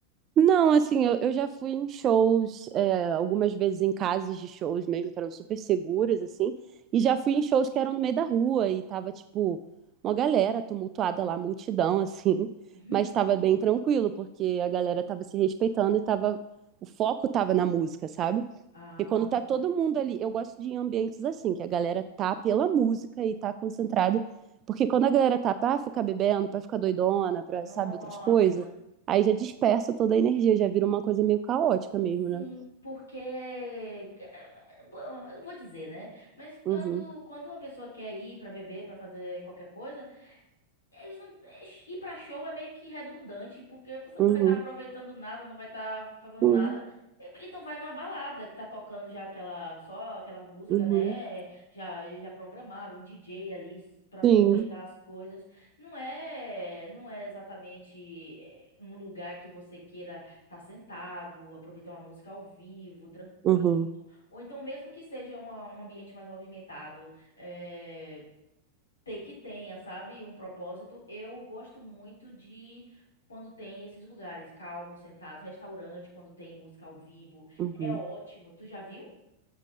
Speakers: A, on the right; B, on the left.
A: Não, assim, eu, eu já fui em shows, é, algumas vezes em casas de shows mesmo, que eram super seguras, assim, e já fui em shows que eram no meio da rua e tava, tipo, uma galera tumultuada lá, multidão, <laughs> assim,
B: <laughs> Meu
A: mas tava bem tranquilo, porque a galera tava se respeitando e tava, o foco tava na música, sabe?
B: Ah,
A: Porque quando tá todo mundo ali, eu gosto de ir em ambientes assim, que a galera tá pela música e tá concentrada. Porque quando a galera tá pra ficar bebendo, pra ficar doidona, pra,
B: nossa.
A: sabe, outras coisas, aí já dispersa toda a energia, já vira uma coisa meio caótica mesmo,
B: Sim,
A: né?
B: porque eh, bom, eu vou dizer, né? Mas quando
A: Uhum,
B: quando a pessoa quer ir para beber, para fazer qualquer coisa, Eles não. é, Ir pra show é meio que redundante, porque você
A: uhum,
B: não vai estar aproveitando nada, não vai estar fazendo
A: uhum,
B: nada. E- Então vai numa balada que tá tocando já aquela, só aquela música,
A: uhum,
B: né? Já, já programada, um DJ ali s- pra aproveitar
A: sim,
B: as coisas. Não é, não é exatamente é, um lugar que você queira estar sentado, aproveitar uma música ao vivo, tranquilo.
A: uhum,
B: Ou então mesmo que seja uma- um ambiente mais movimentado. eh, ter que tenha, sabe, um propósito. Eu gosto muito de quando tem esses lugares calmos, sentados, restaurante, quando tem música ao vivo.
A: uhum.
B: É ótimo. Tu já viu?